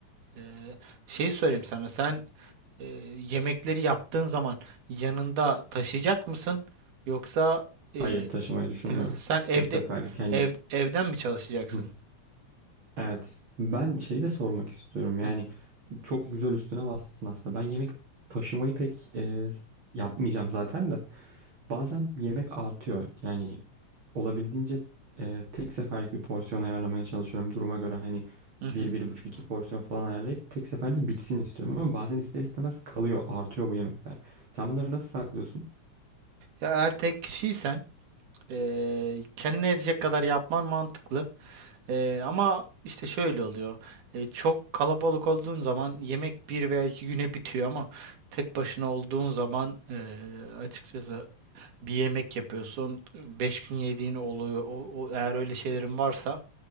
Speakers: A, on the right; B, on the right.
A: Ee, şey sorayım sana. Sen e, yemekleri yaptığın zaman yanında taşıyacak mısın? Yoksa e,
B: Hayır taşımayı düşünmüyorum.
A: <clears throat> sen evde
B: Tek seferlik hani.
A: ev, evden mi çalışacaksın?
B: <laughs> Hı. Evet. Ben şey de sormak istiyorum. Yani
A: Hı
B: Çok güzel üstüne bastın aslında. Ben yemek taşımayı pek e, yapmayacağım zaten de. Bazen yemek artıyor. Yani olabildiğince e, tek seferlik bir porsiyon ayarlamaya çalışıyorum. Duruma göre hani
A: hı. hı.
B: bir, bir buçuk, iki porsiyon falan ayarlayıp tek seferde bitsin istiyorum. Ama bazen ister istemez kalıyor, artıyor bu yemekler. Sen bunları nasıl saklıyorsun?
A: Ya eğer tek kişiysen e, kendine edecek kadar yapman mantıklı. E, ama işte şöyle oluyor. E, çok kalabalık olduğun zaman yemek bir veya iki güne bitiyor ama tek başına olduğun zaman e, açıkçası bir yemek yapıyorsun. beş gün yediğin oluyor. O, o- eğer öyle şeylerin varsa